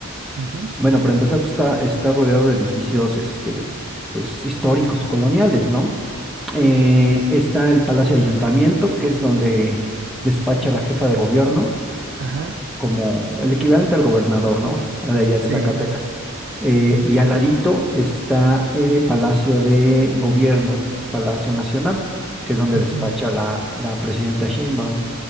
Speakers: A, on the right; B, in the centre.
A: Ujú,
B: bueno, para empezar, pues está, está rodeado de edificios, este, pues históricos, coloniales, ¿no? Eh,
A: Sí, claro.
B: está el Palacio de Ayuntamiento, que es donde despacha la jefa de gobierno,
A: Ajá,
B: como el equivalente al gobernador, ¿no? <laughs> De allá de
A: sí,
B: Zacatecas.
A: claro.
B: Eh,
A: Ok.
B: y al ladito está eh, Palacio de Gobierno, Palacio Nacional, que es donde
A: Ujú,
B: despacha
A: ujú,
B: la, la presidenta Sheinbaum.